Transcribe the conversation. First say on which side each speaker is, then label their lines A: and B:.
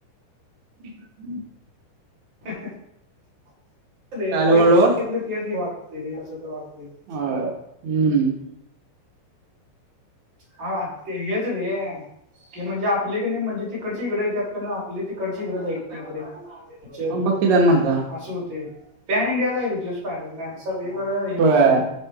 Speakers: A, on the right; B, on the right.
A: <inaudible>
B: रे
A: काय झालं
B: ते
A: वर्ल्ड वॉर?
B: तेच नाही वाटते रे कसं तर वाटते <inaudible>
A: हा हम्म.
B: हवा आता येच रे! कि म्हणजे आपली की नाही म्हणजे तिकडची इकडं येतात आपली तीकडची इकडं जात नाही रे! पिक्चर,
A: बघ की जण म्हणता
B: असं होतंय पॅन इंडियाचा हाय रे तो स्पायडरमॅन सगळीकडे हे होतं.
A: होय.